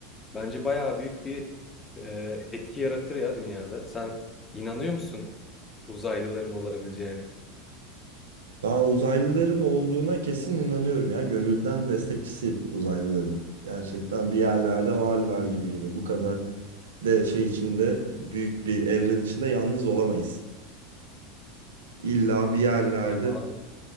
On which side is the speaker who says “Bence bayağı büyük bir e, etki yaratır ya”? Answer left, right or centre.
Left